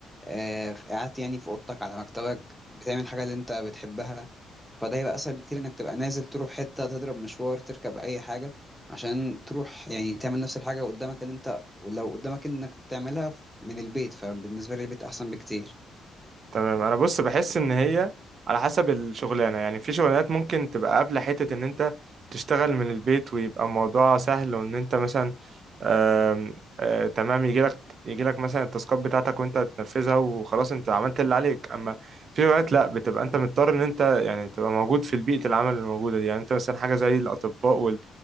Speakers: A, in the centre; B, on the right.
A: آه، في- قاعد يعني في اوضتك على مكتبك بتعمل حاجه اللي انت بتحبها فده يبقى اسهل بكتير انك تبقى نازل تروح حته تضرب مشوار تركب اي حاجه عشان تروح يعني تعمل نفس الحاجه قدامك ان انت لو قدامك انك تعملها ف- من البيت فبالنسبه لي البيت احسن بكتير
B: تمام انا بص بحس ان هي على حسب الشغلانه يعني في شغلانات ممكن تبقى قابله حته ان انت تشتغل من البيت ويبقى الموضوع سهل وان انت مثلا آم، آه، تمام يجي لك يجي لك مثلا التاسكات بتاعتك وانت تنفذها وخلاص انت عملت اللي عليك اما في شغلانات لا بتبقى انت مضطر ان انت يعني تبقى موجود في البيئه العمل الموجوده دي يعني انت مثلا حاجه زي الاطباء وال